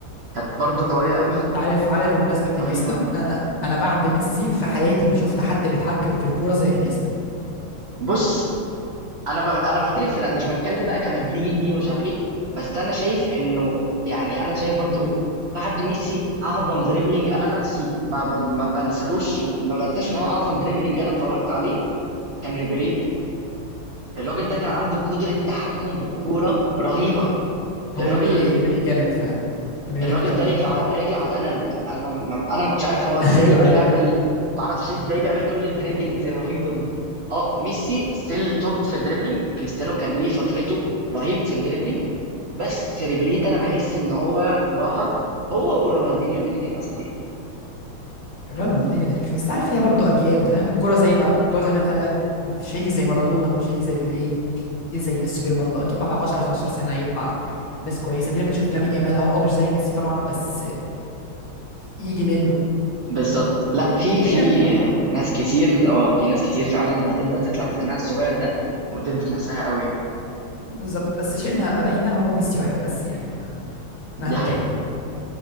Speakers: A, on the right (about 80°); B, on the left (about 60°).
A: كانت برضو قويه قوي
B: انت عارف عارف بمناسبه انيستا
A: رهيبه
B: انا انا بعد ميسي في حياتي ما شفت حد بيتحكم في الكوره زي انيستا
A: بص انا بغ... انا بختلف في لا مش بتكلم بقى كمدريدي ومش عارف ايه بس انا شايف انه يعني انا شايف برضو بعد ميسي اعظم دريبلينج انا نفسي ما, ب... ما بنسلوش إن- ما بنساش ان هو اعظم دريبلينج انا اتفرجت عليه كان ريبيري الراجل ده كان عنده قدرة تحكم بالكورة رهيبة
B: هو
A: الراجل
B: ريبيري ريبيري جامد فعلا ريبيري
A: الراجل
B: جامد قوي
A: ده رجله على رجله على الانالوج انا ما... ما... انا ما كنتش عارف هو ازاي
B: <laughs> ايوه
A: بيعمل
B: ايوه
A: ما اعرفش ازاي بيعمل كل الدريبلينجز الرهيبه دي اه ميسي ستيل توب في الدريبلينج كريستيانو كان ليه فترته رهيب في الدريبلينج بس ريبيري ده انا بحس ان هو بصراحه هو ورونالدينيو الاثنين اساطير
B: رونالدينيو تاريخي بس تعرف هي برضو اجيال ده فاهم الكوره زي ما بتوع زمان قال لك مش هيجي زي مارادونا ومش هيجي زي بيليه جه زي ميسي وجي رونالدو اكيد بعد 10 15 سنه هيطلع ناس كويسه دي لما تشوف لامين يامال اهو اه مش زي ميسي طبعا بس يجي منه
A: بالظبط لا
B: فاهمني
A: في
B: فهي
A: في
B: الكوره كده اه
A: ناس كتير اه في ناس كتير فعلا هتبدا تطلع بسنها الصغير ده وتثبت نفسها قوي يعني
B: بالظبط بس شئنا ام ابينا هو ميسي واحد بس يعني آه، مهما
A: دي حقيقه
B: كان